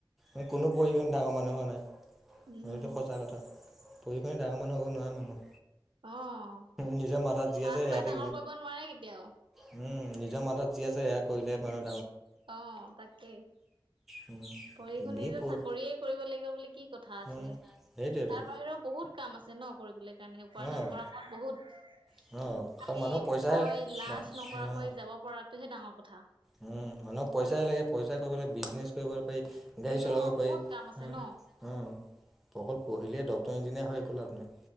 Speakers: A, in the centre; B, on the right.
A: এ কোনো পঢ়ি কিনে ডাঙৰ মানুহ হোৱা নাই।
B: উম
A: সটো সঁচা কথা। পঢ়ি পিনে ডাঙৰ মানুহ হ'ব নোৱাৰে মানুহ।
B: অঁ।
A: নিজৰ মাথাত যি
B: পঢ়া
A: আছে
B: শুনাই
A: সেয়াতে
B: ডাঙৰ কৰিব নোৱাৰে কেতিয়াও।
A: উম, নিজৰ মাথাত যি আছে সেয়া কৰিলেহ মানে
B: অঁ, তাকেই।
A: উম।
B: পঢ়ি শুনি
A: এনেই
B: যে
A: পঢ়
B: চাকৰিয়ে কৰিব লাগিব বুলি কি কথা আছে!
A: উম সেইটোৱেতো
B: তাৰ বাহিৰেও বহুত কাম আছে ন' কৰিবলৈ কাৰণে। উপাৰ্জন
A: অ
B: কৰা কাম বহুত। খালি
A: অ মানুহক পইচাই
B: ভয় লাজ নকৰাকৈ
A: উম
B: যাব পৰাটোহে ডাঙৰ কথা।
A: উম, মানুহক পইচাহে লাগে, পইচা কৰিবলে বিজনেচ কৰিব পাৰি। গাড়ী চলাব
B: অ
A: পাৰি,
B: বহুত কাম আছে
A: উম।
B: ন
A: উম। অকল পঢ়িলে ডক্তটৰ ইঞ্জিনিয়াৰ হৈ একো লাভ নাই।